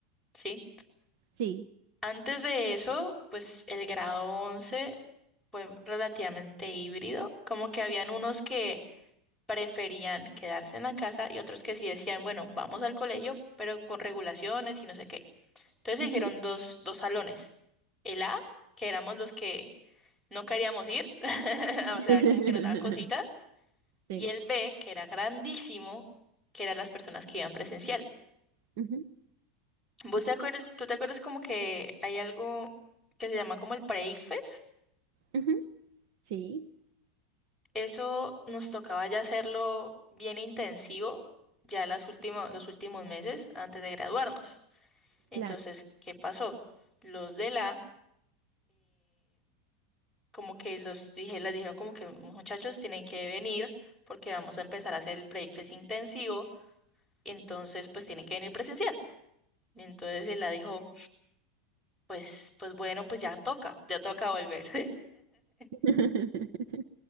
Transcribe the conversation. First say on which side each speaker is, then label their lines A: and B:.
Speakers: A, in the centre; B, on the right.
A: ¿sí?
B: Sí.
A: Antes de eso, pues el grado 11 fue relativamente híbrido, como que habían unos que preferían quedarse en la casa y otros que sí decían, bueno, vamos al colegio, pero con regulaciones y no sé qué. Entonces se
B: ujú.
A: hicieron dos, dos salones. El A, que éramos los que no queríamos ir, <laughs>
B: <laughs>
A: o sea, como que nos daba cosita, y
B: Sí.
A: el B, que era grandísimo, que eran las personas que iban presencial.
B: ujú,
A: ¿Vos te acuerdas, tú te acuerdas como que hay algo que se llama como el pre-ICFES?
B: ujú, Sí,
A: Eso nos tocaba ya hacerlo bien intensivo ya las últimas, los últimos meses antes de graduarnos. Entonces,
B: claro.
A: ¿qué pasó? Los de la como que los dije, les dijeron como que muchachos tienen que venir porque vamos a empezar a hacer el breakfast intensivo y entonces pues tienen que venir presencial. Y entonces él la dijo, pues, pues bueno, pues ya toca, ya toca volver. <laughs>
B: <laughs>